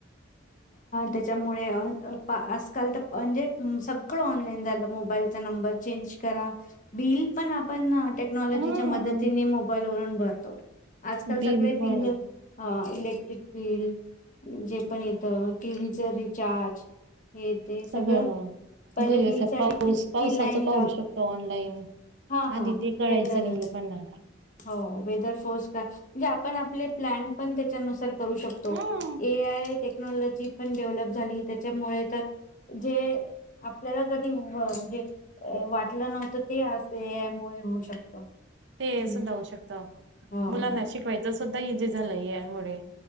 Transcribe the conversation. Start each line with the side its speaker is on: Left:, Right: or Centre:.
Left: त्याच्यामुळे आजकाल- तर म्हणजे सगळं ऑनलाईन -झालं मोबाईलचा नंबर चेंज करा, बिल पण आपण टेक्नॉलॉजीच्या
Right: हा
Left: मदतीने मोबाईल वरून भरतो आजकाल
Right: बिल
Left: सगळे बिले-
Right: पण
Left: आ इलेक्ट्रिक बिल, जे पण येत टीव्ही च रिचार्ज हे ते सगळं
Right: सगळ ह
Left: पहिले
Right: घरी
Left: बिल
Right: असा
Left: साठी
Right: पाऊस
Left: किती
Right: पावसाच
Left: लाईन
Right: पाहू
Left: लाव
Right: शकतो ऑनलाईन.
Left: हा हा
Right: आधी ते कळयच
Left: वेदर
Right: नि लोकांना
Left: हो वेदर फो- का म्हणजे आपण आपले प्लॅन पण त्याच्यानुसार करू शकतो
Right: हम्म.
Left: ए आय टेक्नॉलॉजी पण डेव्हलप झाली त्याच्यामुळे तर- जे आपल्याला कधी जे म्हणजे वाटलं नव्हतं ते एक आय यामुळे होऊ शकत
Right: ते
Left: हम्म
Right: सुद्धा होऊ शकतं
Left: हो
Right: मुलांना शिकवायचं सुद्धा इझी झालंय ए आय यामुळे